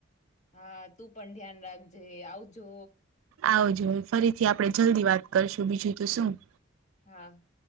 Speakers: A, on the left; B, on the right.
A: હા તું પણ ધ્યાન રાખજે આવજો
B: આવજો ફરીથી આપણે જલ્દી વાત કરશું બીજું તો શું
A: હા.